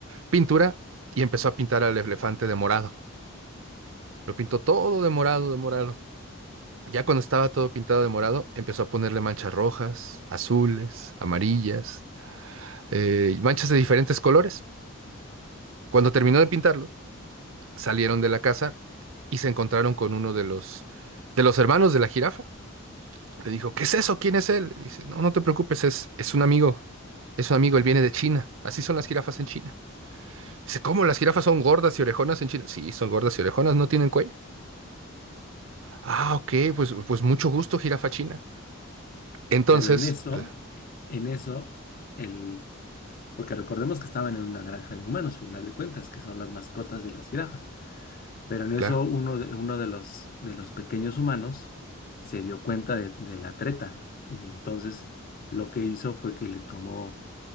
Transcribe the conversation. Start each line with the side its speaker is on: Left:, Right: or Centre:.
Right: pintura y empezó a pintar al elefante de morado. Lo pintó todo de morado, de morado. Ya cuando estaba todo pintado de morado, empezó a ponerle manchas rojas, azules, amarillas, eh, manchas de diferentes colores. Cuando terminó de pintarlo, salieron de la casa y se encontraron con uno de los, de los hermanos de la jirafa. Le dijo, ¿qué es eso? ¿Quién es él? Le dice, no, no te preocupes, es, es un amigo, es un amigo, él viene de China. Así son las jirafas en China. Dice, ¿cómo las jirafas son gordas y orejonas en China? Sí, son gordas y orejonas, no tienen cuello. Ah, ok, pues, pues mucho gusto, jirafa china. Entonces,
Left: Pero en eso,
Right: pues,
Left: en eso, el... porque recordemos que estaban en una granja de humanos, final de cuentas, que son las mascotas de las jirafas. Pero en
Right: claro,
Left: eso uno de, uno de los, de los pequeños humanos se dio cuenta de, de la treta. Y entonces lo que hizo fue que le tomó